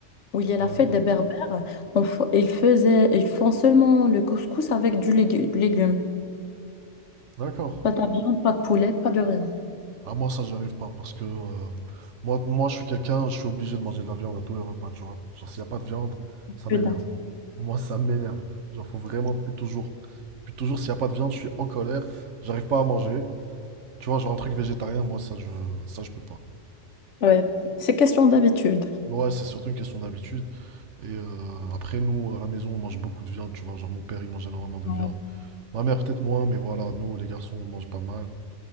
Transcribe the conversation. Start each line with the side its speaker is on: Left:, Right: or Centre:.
Left: où il y a la
Right: Ouais.
Left: fête des Berbères, on fa- ils faisaient, ils font seulement le couscous avec du légu- légume.
Right: D'accord.
Left: Pas de viande, pas de poulet, pas de rien.
Right: Ah, moi, ça, j'arrive pas parce que euh, moi, moi, je suis quelqu'un, je suis obligé de manger de la viande à tous les repas, tu vois. Genre, s'il n'y a pas de viande, ça
Left: Que
Right: m'énerve.
Left: dalle.
Right: Moi, ça m'énerve. Genre, faut vraiment, depuis toujours. Depuis toujours, s'il n'y a pas de viande, je suis en colère, j'arrive pas à manger. Tu vois, genre, un truc végétarien, moi, ça, je, ça, je peux pas.
Left: Ouais, c'est question d'habitude.
Right: Ouais, c'est surtout une question d'habitude. Et euh, après, nous, à la maison, on mange beaucoup de viande, tu vois. Genre, mon père, il mange énormément de
Left: Ouais,
Right: viande. Ma mère, peut-être moins, mais voilà, nous, les garçons, on mange pas mal.